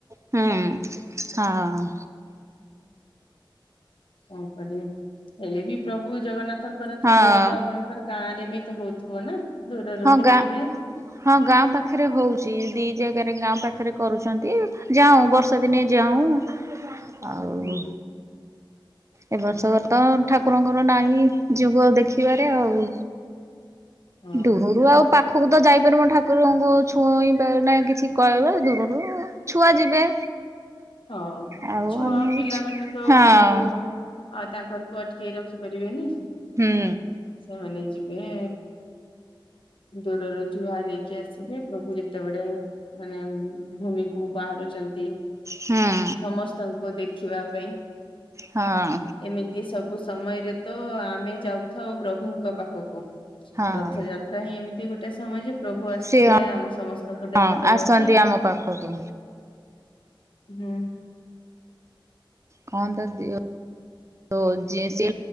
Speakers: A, on the right (about 35°); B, on the left (about 75°).
A: ହୁଁ ହଁ
B: କଣ କରିବେ ହେଲେ ବି ପ୍ରଭୁ ଜଗନ୍ନାଥଙ୍କର
A: ହଁ
B: ତ ଦୂରରୁ ଆପଣଙ୍କର ଗାଁ ରେ ବି ତ ହଉଥିବ ନା ଦୂରରୁ
A: ହଁ,
B: ଦେଖିବେ
A: ଗାଁ ହଁ, ଗାଁ ପାଖରେ ହଉଛି ଦି ଜାଗାରେ ଗାଁ ପାଖରେ ପାଖରେ କରୁଛନ୍ତି ଯାଉ ବର୍ଷା ଦିନେ ଯାଉଁ ଆଉ
B: ହୁଁ
A: ଏ ବର୍ଷ ତ ଠାକୁରଙ୍କର ନାହିଁ ଯୋଗ ଦେଖିବାରେ ଆଉ
B: ହଁ
A: ଦୂରରୁ ଆଉ ପାଖ ପାଖକୁ ତ ଯାଇପାରି ଠାକୁରଙ୍କୁ ଛୁଇଁ ପାରି ନାଇ କିଛି କହିବା ଦୂରରୁ ଛୁଆ ଯିବେ
B: ହଁ,
A: ଆଉ
B: ଛୁଆ
A: ଆମେ
B: ପିଲାମାନେ ତ
A: ହଁ
B: ସବୁ ଆଉ ତାଙ୍କରକୁ ଅଟକେଇ ରଖିପାରିବେନି
A: ହୁଁ
B: ସେମାନେ ଯି ଇଏ ଦୂରରୁ ଜୁହାର ହେଇକି ଆସିବେ ପ୍ରଭୁ ଯେତେବେଳେ ମାନେ ଭୂମିକୁ ବାହାରୁଚ ନ୍ତି।
A: ହୁଁ
B: ସମସ୍ତଙ୍କୁ ଦେଖିବା ପାଇଁ
A: ହଁ
B: ଏମିତି ସବୁ ସମୟରେ ତ ଆମେ ଯାଉଥାଉ ପ୍ରଭୁଙ୍କ ପାଖକୁ
A: ହଁ
B: ରଥଯାତ୍ରା ହିଁ ଏମିତି ତି ଗୋଟେ ସମୟ ଯେ ପ୍ରଭୁ ଆସିଥିବେ
A: ସିଏ
B: ଆମ ସମସ୍ତଙ୍କୁ ଦେଖାଦବା
A: ହଁ ଆସନ୍ତି
B: ପାଇଁ।
A: ଆମ ପାଖକୁ
B: ହୁଁ।
A: କଣ ତ ଯିଓ ସେ